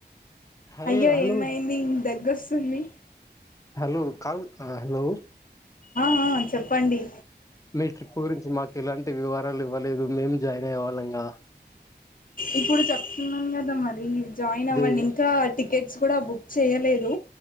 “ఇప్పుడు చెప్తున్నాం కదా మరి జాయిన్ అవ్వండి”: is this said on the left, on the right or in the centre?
Left